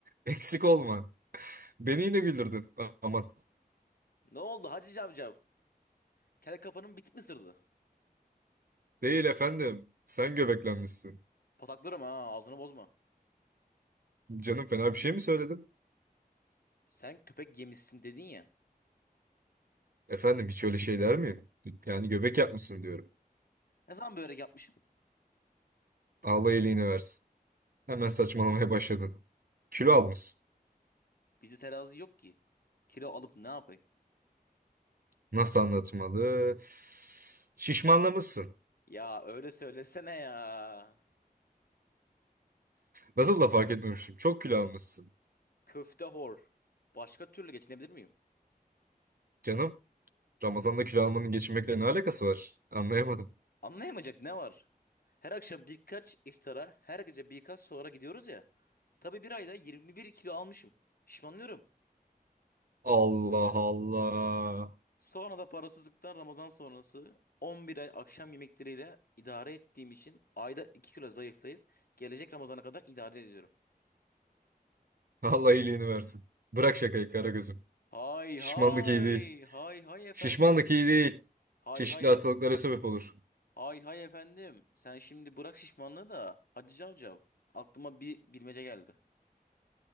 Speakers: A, on the right (about 65°); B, on the left (about 70°).
A: Eksik olma. Beni yine güldürdün. Aman.
B: Ne oldu Hacı Cavcav? Kel kafanın bit mi sırdı?
A: Değil efendim. Sen göbeklenmişsin.
B: Pataklarım ha ağzını bozma.
A: Canım fena bir şey mi söyledim?
B: Sen köpek yemişsin dedin ya.
A: Efendim hiç öyle şey der miyim? Yani göbek yapmışsın diyorum.
B: Ne zaman börek yapmışım?
A: Allah iyiliğini versin. Hemen saçmalamaya başladın. Kilo almışsın.
B: Bizde terazi yok ki. Kilo alıp ne yapayım?
A: Nasıl anlatmalı? Şişmanlamışsın.
B: Ya öyle söylesene ya.
A: Nasıl da fark etmemişim. Çok kilo almışsın.
B: Köfte hor. Başka türlü geçinebilir miyim?
A: Canım Ramazan'da kilo almanın geçinmekle ne alakası var? Anlayamadım.
B: Anlayamayacak ne var? Her akşam birkaç iftara, her gece birkaç sahura gidiyoruz ya. Tabii bir ayda 21 kilo almışım. Şişmanlıyorum.
A: Allah Allah.
B: Sonra da parasızlıktan Ramazan sonrası 11 ay akşam yemekleriyle idare ettiğim için ayda 2 kilo zayıflayıp gelecek Ramazan'a kadar idare ediyorum.
A: Allah iyiliğini versin. Bırak şakayı Karagöz'üm.
B: Hay
A: Şişmanlık
B: hay
A: iyi değil.
B: hay hay efendim.
A: Şişmanlık iyi değil.
B: Hay
A: Çeşitli
B: hay
A: hastalıklara sebep olur.
B: hay hay efendim. Sen şimdi bırak şişmanlığı da Hacı Cavcav. Aklıma bir bilmece geldi.